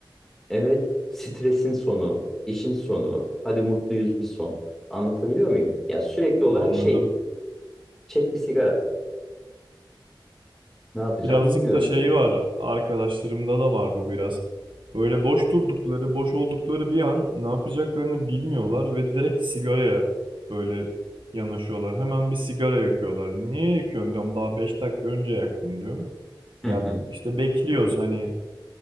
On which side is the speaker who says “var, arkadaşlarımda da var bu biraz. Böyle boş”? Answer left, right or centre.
Right